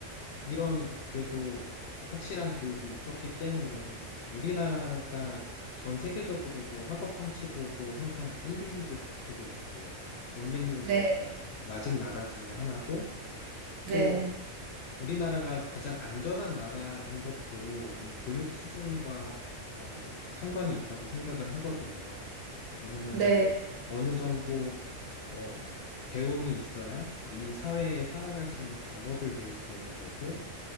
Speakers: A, on the left; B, on the right.
A: 이런 그래도 확실한 교육이 있었기 때문에 우리나라가 전 세계적으로도 학업 성취도도 항상 1, 2위를 다투고 있고 문맹률도
B: 네,
A: 가장 낮은 나라 중에 하나고
B: 네,
A: 또 우리나라가 가장 안전한 나라인 것도 이 교육 수준과 어, 상관이 있다고 생각을 하거든요. 왜냐하면은
B: 네,
A: 어느 정도 어, 배움이 있어야 이 사회에 살아갈 수 있는 방법을 배울 수 있는 거고